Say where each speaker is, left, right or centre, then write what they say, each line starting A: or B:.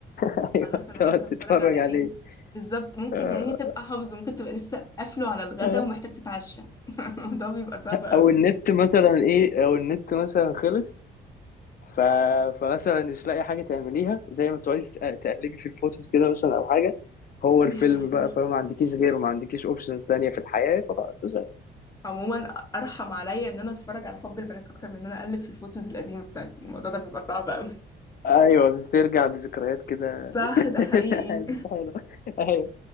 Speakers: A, on the left; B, on the left.
A: ايوه
B: خلاص انا
A: تقعد
B: هاكل هتفرج
A: تتفرج
B: على ايه
A: عليه
B: بالظبط ممكن
A: آه،
B: يعني تبقى حافظه ممكن تبقى لسه قافله على الغدا
A: آه.
B: ومحتاج تتعشى <laughs> الموضوع بيبقى صعب قوي
A: او النت مثلا ايه او النت مثلا خلص ف... فمثلا مش لاقي حاجه تعمليها زي ما تقعدي تق- تقلبي في الفوتوز كده مثلا او حاجه هو
B: <laughs>
A: الفيلم بقى فما عندكيش غيره ما عندكيش اوبشنز تانية في الحياه فخلاص
B: عموما ارحم عليا ان انا اتفرج على حب البنات اكتر من ان انا اقلب في الفوتوز القديمه بتاعتي الموضوع ده بيبقى صعب قوي
A: ايوه بترجع بذكريات كده
B: <laughs> صح ده حقيقي
A: <laughs> مش حلو ايوه